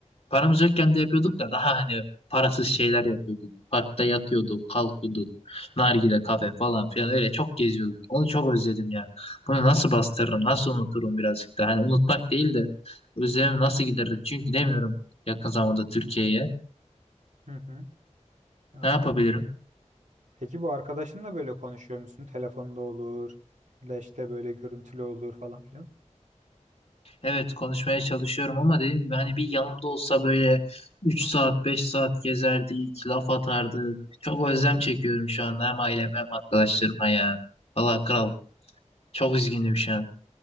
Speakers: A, on the left; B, on the right.
A: Paramız yokken de yapıyorduk da daha hani parasız şeyler yapıyorduk. Parkta yatıyorduk, kalkıyorduk. Nargile kafe falan filan öyle çok geziyorduk. Onu çok özledim ya. Bunu nasıl bastırırım, nasıl unuturum birazcık da. Hani unutmak değil de özlemimi nasıl gideririm? Çünkü gidemiyorum yakın zamanda Türkiye'ye.
B: hı hı, Anladım.
A: Ne yapabilirim?
B: Peki bu arkadaşınla böyle konuşuyor musun? Telefonda olur, ya da işte böyle görüntülü olur falan filan.
A: Evet konuşmaya çalışıyorum ama dediğim gibi hani bir yanımda olsa böyle 3 saat 5 saat gezerdik, laf atardık. Çok özlem çekiyorum şu anda hem aileme hem arkadaşlarıma ya. Valla kral çok üzgünüm şu an.